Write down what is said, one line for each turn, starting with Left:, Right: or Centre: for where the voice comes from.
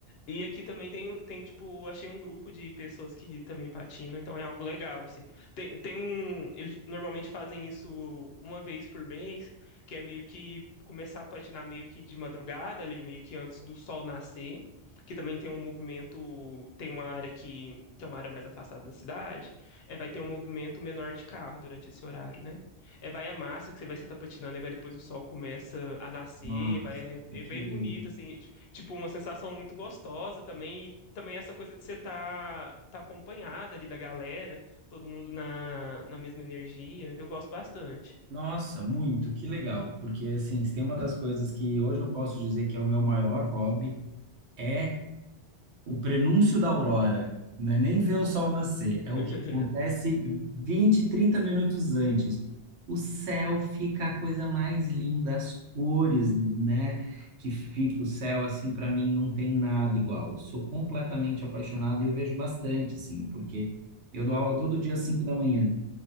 Left: E aqui também tem, tem, tipo, achei um grupo de pessoas que também patinam, então é algo legal, assim. Tem, tem um. Eles normalmente fazem isso uma vez por mês, que é meio que começar a patinar meio que de madrugada, ali, meio que antes do sol nascer, que também tem um movimento, tem uma área que, que é uma área mais afastada da cidade, é, vai ter um movimento menor de carro durante esse horário, né? É, vai a massa que você vai estar patinando, e vai depois o sol começa a nascer,
Right: Nossa,
Left: vai, é, é
Right: que
Left: bem
Right: delícia.
Left: bonito, assim, tipo, uma sensação muito gostosa também, e também essa coisa de você tá, tá acompanhada ali da galera, todo mundo na, na mesma energia, eu gosto bastante.
Right: Nossa, muito, que legal, porque assim, se tem uma das coisas que hoje eu posso dizer que é o meu maior hobby, é o prenúncio da aurora, não é nem ver o sol nascer, é o
Left: <laughs>
Right: que acontece 20, 30 minutos antes. O céu fica a coisa mais linda, as cores, né, que fica o céu, assim, para mim não tem nada igual. Eu sou completamente apaixonado e eu vejo bastante, assim, porque eu dou aula todo dia às 5 da manhã.